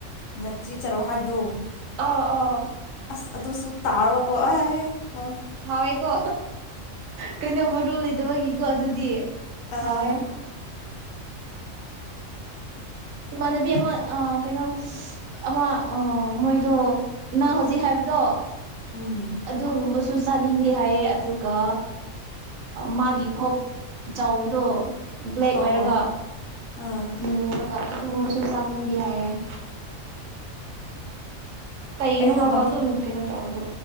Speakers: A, on the left (about 75°); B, on the right (about 80°).
A: ꯉꯥꯆꯤ ꯆꯔꯨꯛ ꯍꯥꯏꯕꯗꯣ
B: ꯑ ꯑ
A: ꯑꯁ ꯑꯗꯨꯁꯨ ꯇꯥꯔꯒꯀꯣ ꯑꯩ ꯍꯥꯎ
B: ꯍꯥꯎꯋꯦꯀꯣ ꯀꯩꯅꯣ ꯃꯔꯨ ꯂꯩꯇꯕꯒꯤꯀꯣ ꯑꯗꯨꯗꯤ
A: ꯑꯥ
B: ꯍꯋꯦ ꯏꯃꯥꯟꯅꯕꯤ ꯑꯃ ꯀꯩꯅꯣ ꯑꯃ ꯃꯣꯏꯗꯣ ꯅ ꯍꯧꯖꯤꯛ ꯍꯥꯏꯕꯗ ꯇꯣ
A: ꯎꯝ
B: ꯑꯗꯨꯒꯨꯝꯕꯁꯨ ꯆꯥꯅꯤꯡꯗꯦ ꯍꯥꯏꯌꯦ ꯑꯗꯨꯒ ꯃꯥꯒꯤ ꯀꯣꯛ ꯆꯥꯎꯕꯗꯣ ꯕ꯭ꯂꯦꯛ ꯑꯣꯏꯔꯒ
A: ꯑꯣ ꯑꯣ ꯑꯥ
B: ꯃꯔꯒ ꯑꯗꯨꯒꯨꯝꯕꯁꯨ ꯆꯥꯅꯤꯡꯗꯤ ꯍꯥꯏꯌꯦꯦ ꯀꯩꯅ
A: ꯑꯩꯗꯤꯀꯣ
B: ꯍꯥꯏꯕ
A: ꯉꯥꯄꯨ
B: ꯑꯗꯨ ꯅ ꯀꯩꯅ ꯇꯧ ꯑꯗꯨꯗꯨ